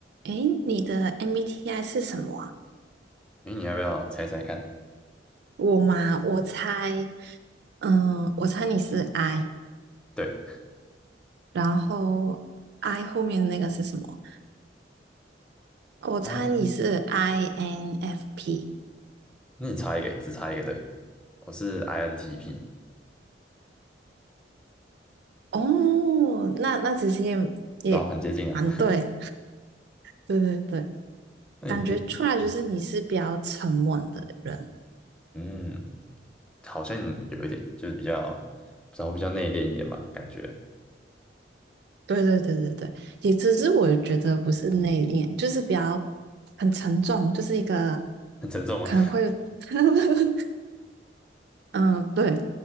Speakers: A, on the right; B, in the centre.
A: 诶，你的 MBTI 是什么啊？
B: 诶，你要不要猜猜看？
A: 我嘛，我猜，嗯，我猜你是 I，
B: 对
A: 然后 I 后面那个是什么？我猜你是
B: ，I，
A: INFP，INTP。
B: 那你猜一个，只猜一个，对，我是 INTP，
A: 哦，那那其实也也蛮对，
B: 倒很接近啊。
A: 对对对，
B: <laughs> 那你，
A: 感觉出来就是你是比较沉稳的人。
B: 你，嗯嗯，好像有一点，就是比较，不知道比较内敛一点吧，感觉
A: 对对对对对，也只是我觉得不是内敛，就是比较很沉重，就是一个
B: 很沉重吗？
A: 可能会，<laughs> 嗯，对，